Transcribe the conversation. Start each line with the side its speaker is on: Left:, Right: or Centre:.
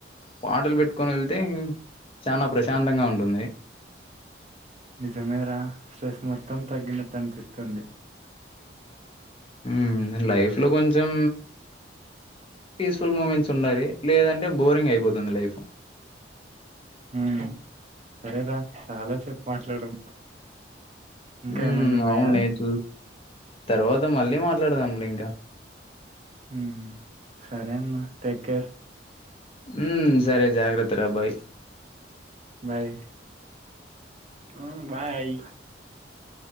Left: పాటలు పెట్టుకొని వెళ్తే చానా ప్రశాంతంగా ఉంటుంది.
Right: నిజమేర స్ట్రెస్ మొత్తం తగ్గినట్టు అనిపిస్తుంది.
Left: మ్ లైఫ్ లో కొంచెం పీస్ఫుల్ మూమెంట్స్ ఉండాలి. లేదంటే బోరింగ్ అయిపోతుంది లైఫ్.
Right: ఉమ్ సరేరా చాలాసేపు మాట్లాడం ఇంకా
Left: హ్మ్
Right: ఏమైనా ఉన్నాయా?
Left: అవునే చూ తర్వాత మళ్ళీ మాట్లాడదాంలే ఇంకా
Right: మ్ సరే అన్న టేక్ కేర్
Left: ఉమ్ సరే జాగ్రత్త రాబ్బాయి
Right: బయ్ మ్ బాయ్